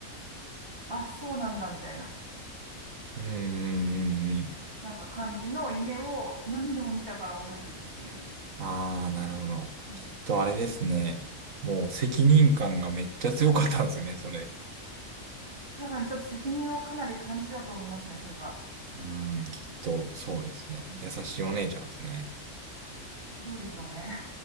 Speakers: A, on the right (about 40°); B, on the right (about 70°).
A: あ、そうなんだみたいな、
B: うん、うん、うん、
A: なんか感じの夢を何度も見たから覚えてるっていう。
B: ああ、なるほど。
A: うん
B: きっとあれですね。もう責任感がめっちゃ強かったんですね、それ。
A: 多分ちょっと責任をかなり感じたと思いますね、それは。
B: うーん、きっとそうですね。
A: うん
B: 優しいお姉ちゃんですね。
A: どうでしょうね。